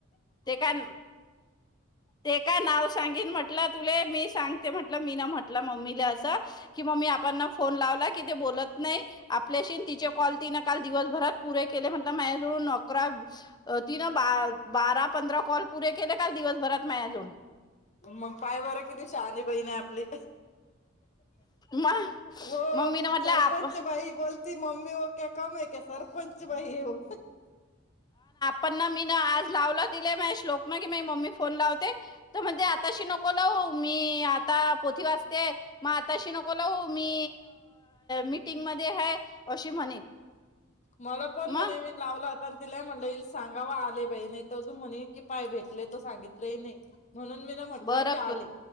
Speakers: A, on the left (about 20°); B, on the left (about 35°).
A: ते का ते का नाव सांगीन म्हटलं तुले मी सांगते म्हटलं मी न म्हटलं मम्मीला अस की मम्मी आपर्णा फोन लावला कि ते बो नाही आपल्याशी तिचे कॉल तीन काल दिवसभरात पुरे केले म्हटल मय नो करा तीन बारा पंधरा कॉल पुरे केले काल दिवसभरात माझ्याजवळून
B: म पाय बर किती शहानी बहीण आहे आपली
A: मग
B: व
A: मग मी ना म्हटलं
B: सरपंच
A: आप
B: बाई बोलती मम्मी व क कम आहे का सरपंच बाई हो
A: पण ना मी ना आज लावलं तीले मया श्लोक म की मी मम्मी फोन लावते तर म्हणते आताशी नको लावू मी आता पोथी वाचतेय म आताशी नको लावू मी मीटिंग मध्ये हाय अशी म्हणे.
B: मला पण
A: मग
B: म्हणे मी लावला होता न तिला म्हटलं इला सांगाव आले बाई नाही तर अजून म्हणेन की पाय भेटले त सांगितलं नाही म्हणून मी ना म्हटलं
A: बरं
B: की आले